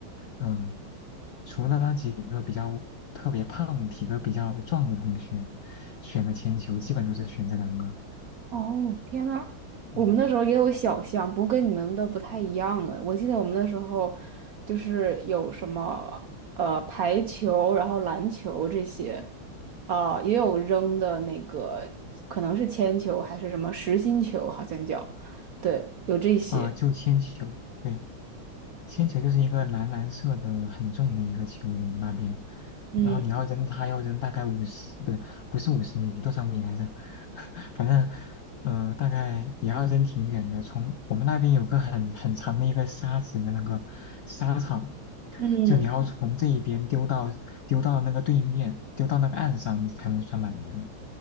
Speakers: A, on the left (about 70°); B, on the right (about 65°).
A: 嗯、呃除了那几个比较特别胖、体格比较壮的同学选了铅球，基本都是选这两个。
B: 哦，天呐，我们那时候也有小项，
A: 嗯，
B: 不过跟你们的不太一样了。我记得我们那时候就是有什么呃排球，然后篮球这些，啊、也有扔的那个，可能是铅球还是什么实心球，好像叫，对，有这些。
A: 啊、就铅球，对，铅球就是一个蓝蓝色的很重的一个球，我们那边，
B: 嗯
A: 然后你要扔它，要扔大概五十，不是不是五十米，多少米来着？<laughs> 反正，呃，大概也要扔挺远的。从我们那边有个很很长的一个沙子的那个沙场，
B: 嗯，
A: 就你要从这一边丢到丢到那个对面，丢到那个岸上，你才能算满分，